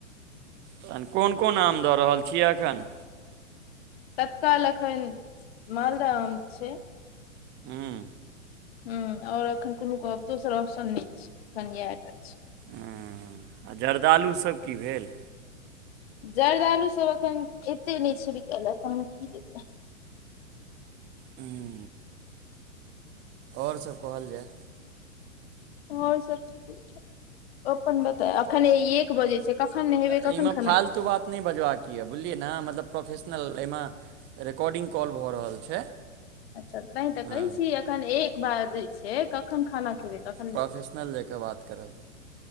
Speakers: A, on the right; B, on the left.
A: तहन कोन कोन आम द रहल छि एखन
B: तत्काल अखन मालदह आम छै
A: हुं
B: हुं, और अखन कुनु कहब कोनो दोसर ऑप्शन नहि छै। अखनि इएह टा छै
A: हुं आ जर्दालुसब की भेल
B: जरदालुसब अखन एते नहि छै बिकाइ ले, तहन हम की लेबै
A: हुं और सब कहल जाय
B: और सब ठीके ठाक, अपन बताब अखन एक बजै छै कखन नेहेबै
A: एहिमे
B: कखन खेनाइ
A: फालतू
B: खेबै
A: बात नहि बजबाक यऽ बुझलियै ने मतलब प्रोफेशनल एहिमे रेकॉर्डिंग कॉल भ रहल छै
B: अच्छा तैं त
A: हँ
B: कहै छी एखन एक बाजै छै, कखन खाना खेबै कख
A: प्रोफेशनल जकाऽ बात करब